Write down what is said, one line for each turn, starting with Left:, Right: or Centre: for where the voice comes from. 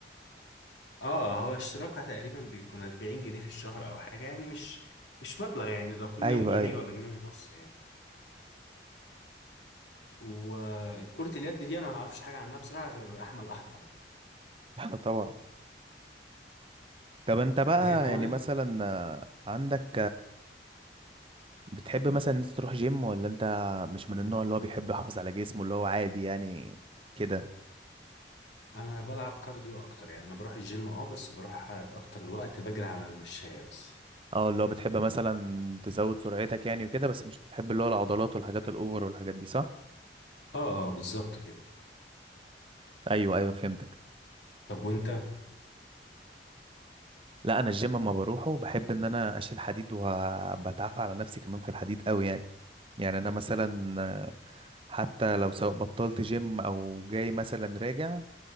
Left: اه هو اشتراكها تقريبا بيكون 40 جنيه في الشهر او حاجة يعني مش مش مبلغ يعني لو كل
Right: ايوه
Left: يوم جنيه
Right: ايوه
Left: ولا جنيه ونص يعني وكرة اليد دي انا ما اعرفش حاجة عنها بصراحة غير احمد الاحمر ده
Right: <laughs> طبعا طب انت بقى
Left: ده هي قوانين
Right: يعني مثلا آه، عندك بتحب مثلا إن انت تروح جيم ولا انت مش من النوع اللي هو بيحب يحافظ على جسمه اللي هو عادي يعني كده
Left: انا بلعب كارديو اكتر يعني انا بروح الجيم اه بس بروح في اكتر الوقت بجري على المشاية بس
Right: اه اللي هو بتحب مثلا تزود سرعتك يعني وكده بس مش بتحب اللي هو العضلات والحاجات الاوفر والحاجات دي صح
Left: اه اه بالظبط كده
Right: ايوه ايوه فهمتك
Left: طب وانت
Right: لا انا الجيم اما بروحه بحب ان انا اشيل حديد وبتعافى على نفسي كمان في الحديد قوي يعني يعني انا مثلا آه، حتى لو سواء بطلت جيم او جاي مثلا راجع